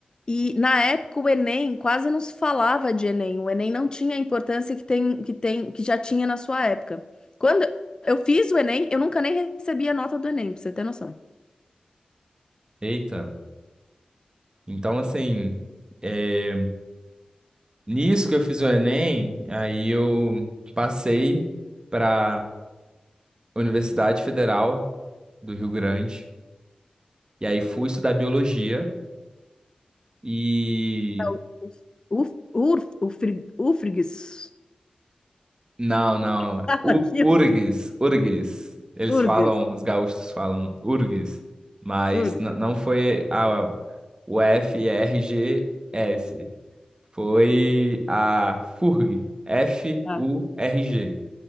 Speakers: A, on the left; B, on the right.
A: e na época o Enem quase não se falava de Enem. O Enem não tinha a importância que tem, que tem, que já tinha na sua época. Quando eu fiz o Enem, eu nunca nem recebi a nota do Enem, pra você ter noção.
B: Eita. Então, assim, é, nisso que eu fiz o Enem, aí eu passei para Universidade Federal do Rio Grande. E aí fui estudar biologia. E.
A: É o Uf, urf, ufrig, ufrigs.
B: Não, não.
A: <laughs> Fala
B: U-
A: aquilo.
B: URGS, URGS. Eles
A: Urgs.
B: falam, os gaúchos falam URGS. Mas
A: Urgs.
B: n- não foi a UFRGS. Foi a FURG. F-U-R-G.
A: Ah,